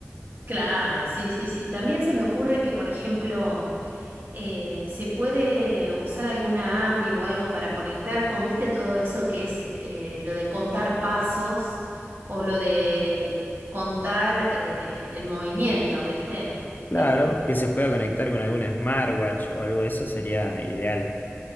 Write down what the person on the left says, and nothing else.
Claro,
que se pueda conectar con alguna smartwatch o algo de eso sería ideal.